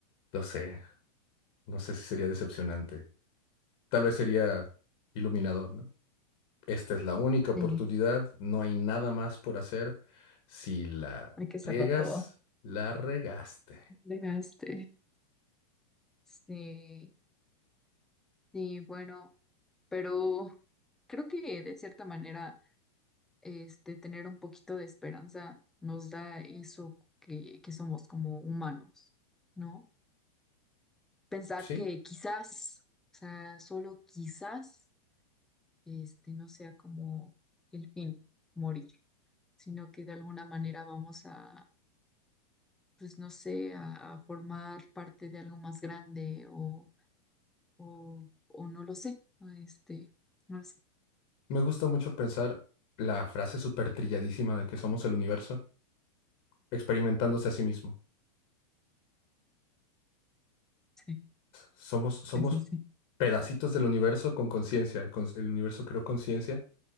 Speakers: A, on the left (about 30°); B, in the centre.
A: no sé, no sé si sería decepcionante. Tal vez sería iluminador, ¿no? Esta es la única oportunidad,
B: sí,
A: no hay nada más por hacer. Si la
B: hay que hacerlo
A: riegas,
B: todo.
A: la regaste.
B: Dejaste. Sí, sí, bueno, pero creo que de cierta manera, este, tener un poquito de esperanza nos da eso que, que somos como humanos, ¿no? pensar
A: Sí,
B: que quizás, o sea, solo quizás, este, no sea como el fin, morir, sino que de alguna manera vamos a, pues no sé, a, a formar parte de algo más grande o, o, o no lo sé, o este, no lo sé.
A: me gusta mucho pensar la frase súper trilladísima de que somos el universo experimentándose a sí mismo.
B: Sí,
A: Somos, somos
B: sí, sí, sí.
A: pedacitos del universo con conciencia. El, cons- el universo creó conciencia